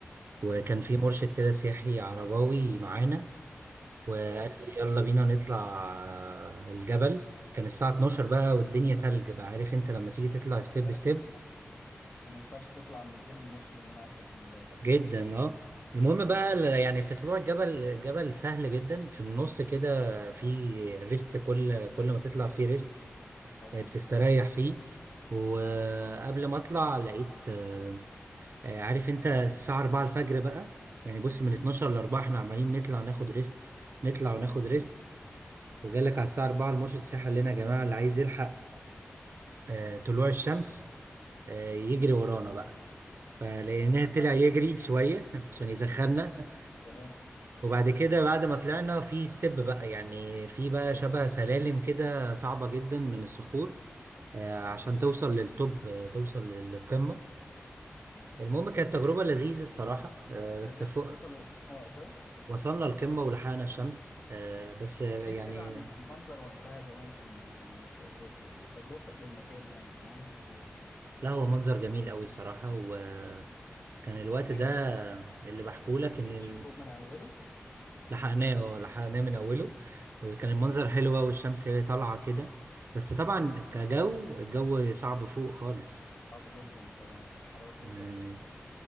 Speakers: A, on the right (about 55°); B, on the left (about 45°).
A: وكان
B: مم.
A: في مرشد كده سياحي عرباوي معانا وقال
B: ايه
A: لي يلا بينا نطلع آه، الجبل كان الساعة 12 بقى والدنيا تلج بقى عارف انت لما تيجي تطلع ستيب
B: خلي بالك
A: ستيب
B: انت ما أنت ما ينفعش تطلع من غير المرشد اللي معاك ده خلي بالك
A: جدا اه المهم
B: أبدا
A: بقى ل- يعني في طلوع الجبل جبل سهل جدا في النص كده في ريست كل كل ما تطلع فيه ريست
B: طبعا
A: آه، بتستريح
B: اه
A: فيه وقبل ما اطلع لقيت آه، آه، عارف انت الساعة 4 الفجر بقى يعني بص من
B: مم.
A: 12 ل 4 احنا عمالين نطلع ناخد ريست نطلع
B: تمام
A: وناخد ريست
B: تمام
A: وجالك على الساعة 4 المرشد السياحي قال لنا يا جماعة اللي عايز يلحق آه، طلوع الشمس آه، يجري ورانا بقى فلقيناه
B: <laughs>
A: طلع يجري شوية <laughs> عشان يسخننا
B: تمام
A: وبعد كده بعد ما طلعنا في ستيب بقى يعني في بقى
B: إيه،
A: شبه سلالم كده صعبة جدا من الصخور آه، عشان توصل للتوب آه، توصل للقمة
B: تمام
A: المهم كانت تجربة لذيذة الصراحة آه، بس
B: قدرت
A: فوق
B: توصل للقمة وقتها
A: وصلنا القمة ولحقنا الشمس آه، بس آه،
B: احكي
A: يعني
B: لي كده عن عن المنظر وقتها زمان كان يعني في في في تجربتك للمكان يعني كان عامل ازاي
A: لا هو منظر جميل قوي الصراحة و كان الوقت
B: ولحقت
A: ده
B: ال-
A: اللي بحكولك
B: شفت
A: ان ال-
B: الشروق من أوله
A: لحقناه اه لحقناه من اوله كان
B: لا
A: المنظر حلو بقى والشمس هي طالعه كده بس طبعا
B: بس
A: كجو الجو صعب فوق خالص
B: صعب جدا طبعا الحرارة بتوصل
A: يعني
B: للأرقام